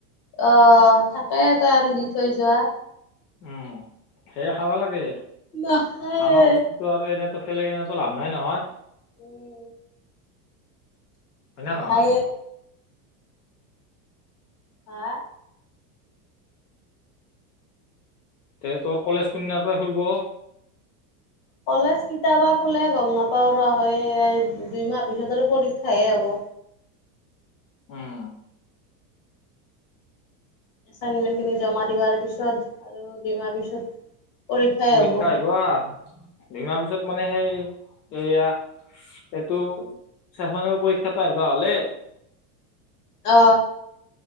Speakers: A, on the left (about 55°); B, on the left (about 80°).
A: অ' থাকে তই আনদি থৈ যোৱা
B: উম সেয়া খাবা লাগে
A: নাখায়ে
B: খানা বস্তুতটো আৰু এনে চবফালে কিনোতো <unintelligible> লাভ নাই নহয়
A: উম
B: হয় নে নহয়
A: খায়ে হা।
B: এ তোৰ কলেজ কোন দিনা পা খুলিব?
A: কলেজ কিতাবা খোলে গম নাপাও ৰ, হে দুইমাহ পিছত আৰু পৰীক্ষাহে হ'ব।
B: উম।
A: এচাইনমেন্ট খিনি জমা দিবাৰ পিছত, আৰু দুইমাহ পিছত। পৰীক্ষাই
B: পৰীক্ষা
A: হ'ব
B: আহিব আৰ, দুমাহ পিছত মানে সেই এয়া এইটো চেচনেৰ পৰীক্ষাটো আহিবা হলে।
A: অ।